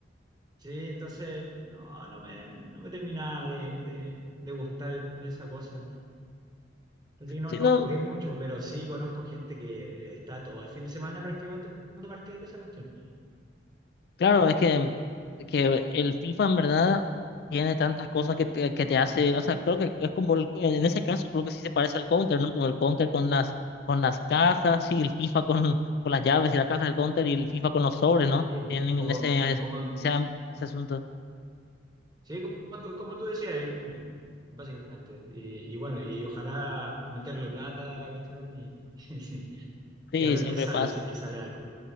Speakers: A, on the right (about 20°); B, on the left (about 55°).
A: Sí, entonces, no, no me, no me terminaba de, de, de gustar esa cosa. Así que no,
B: Sí,
A: no
B: no,
A: jugué mucho, pero sí conozco gente que está todo el fin de semana prácticamente jugando partidos de esa cuestión.
B: Claro, es que, que el FIFA en verdad tiene tantas cosas que te, que te hace, o sea, creo que es como, el- en ese caso creo que sí se parece al Counter, ¿no? Como el Counter con las, con las cajas y el FIFA con, con las llaves y la caja del Counter y el FIFA con los sobres, ¿no?
A: Sí, pues,
B: Tienen
A: como,
B: en ese,
A: como,
B: ese, am- ese asunto.
A: sí, como tú, como tú decías, el gambling, básicamente. Y, y bueno, y ojalá meterle plata a la cuestión y, <laughs>
B: Sí,
A: y, a ver
B: siempre
A: qué sale,
B: pasa.
A: si es que sale algo.